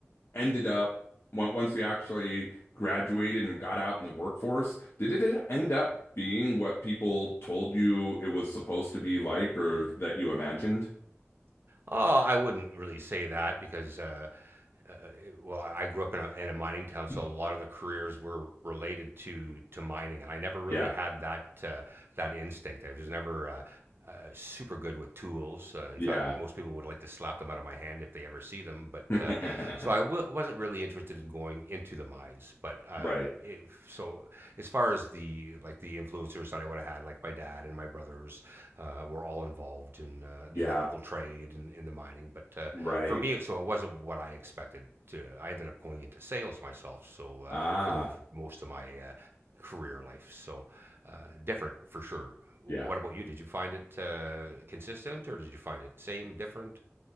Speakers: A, on the left; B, on the right.
A: ended up on- once we actually graduated and got out in the workforce, did it end up being what people told you it was supposed to be like or that you imagined?
B: Oh, I wouldn't really say that because, uh, uh, well, I grew up in a, in a mining town, so
A: Mm.
B: a lot of the careers were related to to mining, and I never really
A: Yeah.
B: had that uh, that instinct. I was never uh, uh, super good with tools. Uh, in
A: Yeah.
B: fact, most people would like to slap them out of my hand if they ever see them. But
A: <laughs>
B: uh, so I w- wasn't really interested in going into the mines. But uh,
A: Right.
B: if, so as far as the like the influencers that I would have had, like my dad and my brothers, uh, were all involved in uh, the
A: Yeah.
B: electrical trade and in the mining. But uh,
A: Right.
B: for me, so it wasn't what I expected. To I ended up going into sales myself. So uh,
A: Ah,
B: for the most of my uh, career life, so uh, different for sure. What
A: yeah.
B: about you? Did you find it uh, consistent, or did you find it same, different?